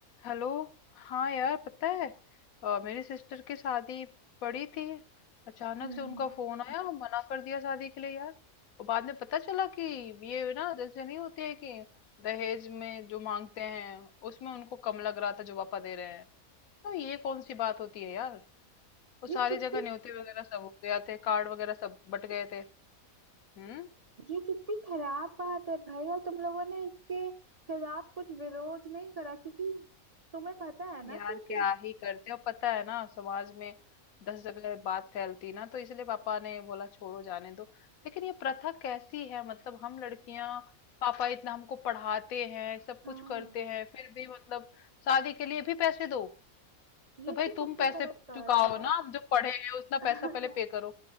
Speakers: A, on the left; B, on the right.
A: Hello हाँ यार पता है अ, मेरी सिस्टर की शादी पड़ी थी अचानक
B: हम्म
A: से उनका फोन आया और मना कर दिया शादी के लिए यार और बाद में पता चला कि ये ना जैसे नहीं होती है कि दहेज में जो मांगते हैं उसमें उनको कम लग रहा था जो पापा दे रहे हैं तो ये कौन सी बात होती है यार वो सारी
B: ये कितनी
A: जगह न्योते वगैरह सब हो गया थे कार्ड वगैरह सब बट गए थे हम्म
B: ये कितनी खराब बात है भाई और तुम लोगों ने इसके खिलाफ कुछ विरोध नहीं करा क्योंकि तुम्हें पता है ना
A: यार
B: कि ऐसे
A: क्या ही करते हो पता है ना समाज में दस जगह बात फैलती ना तो इसलिए पापा ने बोला छोड़ो जाने दो लेकिन ये प्रथा कैसी है मतलब हम लड़कियां पापा इतना हमको पढ़ाते हैं सब
B: हाँ
A: कुछ करते हैं फिर भी मतलब शादी के लिए भी पैसे दो
B: ये
A: तो भाई
B: तो
A: तुम
B: कितनी
A: पैसे
B: गलत बात
A: चुकाओ
B: है
A: ना हम जो पढ़े हैं उतना
B: <laughs>
A: पैसा पहले पे करो